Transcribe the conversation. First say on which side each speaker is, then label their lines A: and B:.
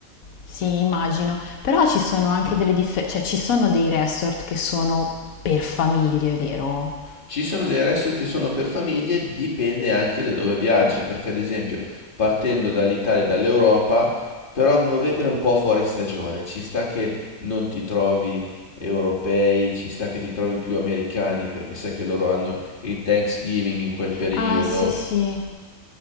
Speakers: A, on the left; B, on the left.
A: Sì, immagino, però ci sono anche delle differenze, cioè ci sono dei resort che sono per famiglie, vero?
B: Ci sono dei resort che sono per famiglie, dipende anche da dove viaggi, perché ad esempio partendo dall'Italia e dall'Europa, però novembre è un po' fuori stagione, ci sta che non ti trovi europei, ci sta che ti trovi più americani, perché sai che loro hanno il Thanksgiving in quel periodo,
A: Ah, sì, sì,